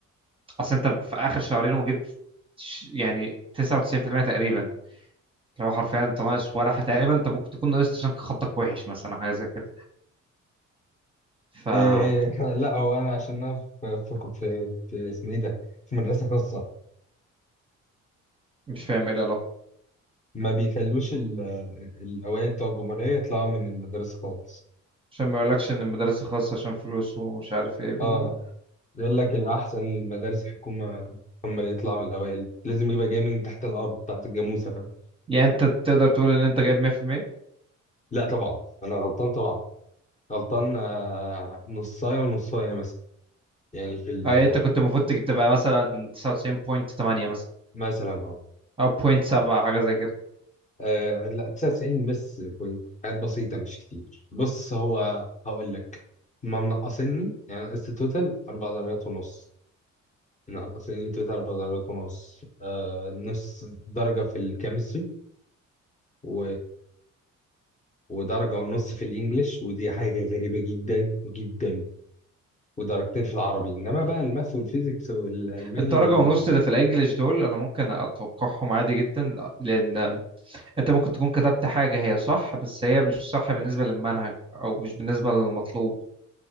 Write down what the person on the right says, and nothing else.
اصل انت في اخر شهرين وجبت ش- يعني 99% تقريبا لو حرفيا انت ناقص ولا ح- تقريبا انت ممكن تكون ناقصت عشان خطك وحش مثلا أو حاجة زي كده فمش
فاهم ايه العلاقة
عشان ما يقولكش ان المدارس الخاصة عشان فلوس ومش عارف ايه بي...
يعني انت تقدر تقول ان انت جايب 100%
اه يعني انت كنت المفروض تبقى مثلا 99.8 مثلا
او 0.7 حاجه زي كده
الدرجه
ونص اللي في الانجليش دول انا ممكن اتوقعهم عادي جدا لان انت ممكن تكون كتبت حاجه هي صح بس هي مش صح بالنسبه للمنهج او مش بالنسبه للمطلوب